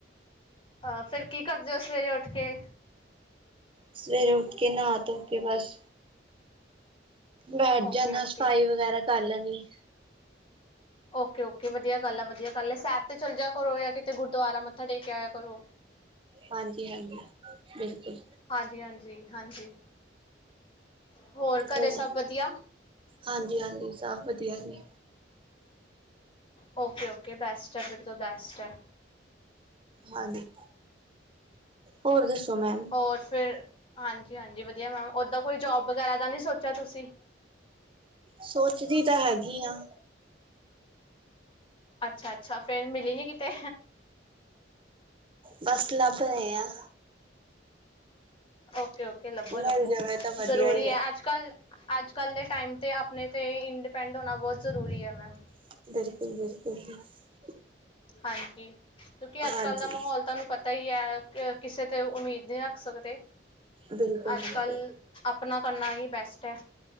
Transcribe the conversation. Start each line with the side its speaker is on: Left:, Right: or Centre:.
Left: ਆਹ ਫੇਰ ਕੀ ਕਰਦੇ ਹੋ ਸਵੇਰੇ ਉੱਠ ਕੇ?
Right: ਸਵੇਰੇ ਉੱਠ ਕੇ ਨਹਾ- ਧੋ ਕੇ ਬਸ। ਬੈਠ
Left: ਓਕੇ
Right: ਜਾਣਾ,
Left: ਓਕੇ
Right: ਸਫਾਈ ਵਗੈਰਾ ਕਰ ਲੈਣੀ।
Left: ਓਕੇ ਓਕੇ ਵਧੀਆ ਗੱਲ ਹੈ। ਵਧੀਆ ਗੱਲ ਸੈਰ ਤੇ ਚੱਲ ਜਿਆ ਕਰੋ ਜਾਂ ਕਿਤੇ ਗੁਰਦੁਆਰਾ ਮੱਥਾ ਟੇਕ ਕੇ ਆਇਆ ਕਰੋ।
Right: ਹਾਂਜੀ ਹਾਂਜੀ ਬਿਲਕੁਲ।
Left: ਹਾਂਜੀ ਹਾਂਜੀ ਹਾਂਜੀ। ਹੋਰ ਘਰੇ
Right: ਹੂੰ
Left: ਸਭ ਵਧੀਆ
Right: ਹਾਂਜੀ ਹਾਂਜੀ ਸਭ ਵਧੀਆ ਜੀ।
Left: ਓਕੇ ਓਕੇ ਬੈਸਟ ਹੈ। ਫਿਰ ਤੋਂ ਬੈਸਟ ਹੈ।
Right: ਹਾਂਜੀ ਹੋਰ ਦੱਸੋ ਮੈਮ।
Left: ਹੋਰ ਫਿਰ ਹਾਂਜੀ ਹਾਂਜੀ ਵਧੀਆ ਮੈਮ ਓਦਾਂ ਕੋਈ ਜੋਬ ਵਗੈਰਾ ਦਾ ਨਹੀਂ ਸੋਚਿਆ ਤੁਸੀਂ।
Right: ਸੋਚਦੀ ਤਾਂ ਹੈਗੀ ਆ।
Left: ਅੱਛਾ ਅੱਛਾ ਫੇਰ ਮਿਲੀ ਨੀ ਕਿਤੇ।
Right: ਬਸ ਲੱਭ ਰਹੇ ਆ।
Left: ਓਕੇ ਓਕੇ ਲੱਭੋ ਲੱਭੋ
Right: ਮਿਲ ਜਾਵੇ ਤਾਂ ਵਧੀਆ
Left: ਜ਼ਰੂਰੀ
Right: ਹੀ
Left: ਹੈ
Right: ਆ
Left: ਅੱ ਅੱਜ ਕੱਲ੍ਹ ਅੱਜ ਕੱਲ੍ਹ ਦੇ ਟਾਈਮ 'ਤੇ ਆਪਣੇ 'ਤੇ ਇੰਡੀਪੈਂਡ ਹੋਣਾ ਬਹੁਤ ਜ਼ਰੂਰੀ ਹੈ ਮੈਮ
Right: <inaudible>
Left: ਹਾਂਜੀ ਕਿਉਂਕਿ ਅੱਜ
Right: ਹਾਂਜੀ
Left: ਕੱਲ੍ਹ ਦਾ ਮਾਹੌਲ ਤੁਹਾਨੂੰ ਪਤਾ ਤਾਂ ਹੀ ਹੈ ਕਿਸੇ ਤੇ ਉਮੀਦ ਨਹੀਂ ਰੱਖ ਸਕਦੇ
Right: ਬਿਲਕੁਲ
Left: ਅੱਜ
Right: ਬਿਲਕੁਲ
Left: ਕੱਲ੍ਹ ਆਪਣਾ ਕਰਨਾ ਹੀ ਬੈਸਟ ਹੈ।